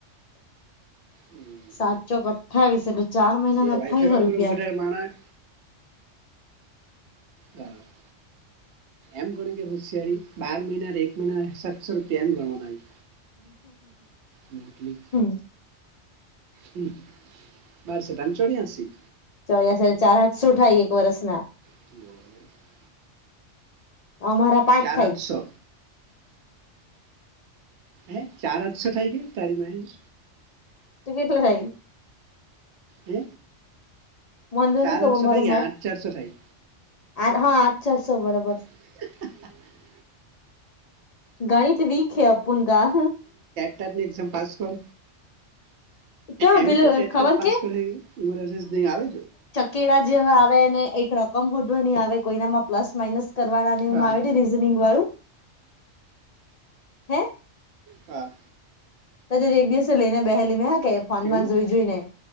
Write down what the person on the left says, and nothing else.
સાતસોક અઠ્ઠાવીસ એટલે ચાર મહિના ના
અઠ્ઠાવીસો
રૂપિયા
હમ
ચોર્યાસી ચાર હાથસો એક વરસના
અમારા પાંચ
થાય
તું કેટલા હઈ
મને તો
નહી ખબર
મારું
મેટ
આ હા છસો બરોબર
ગણિત વીક હે અપુન કા
કા
પેલું
ખબર
કે
કેળા જેવા આવે ને એક રોક કમ ભોડવાની આવે કોઈનામાં પ્લસ માઇનસ કરવાના એવું
આવે રીઝનિંગ વાળું હે
કદાચ એક દિવસે લઈને બેહેલી મે હા કે ફોનમાં
જોઈ જોઈ ને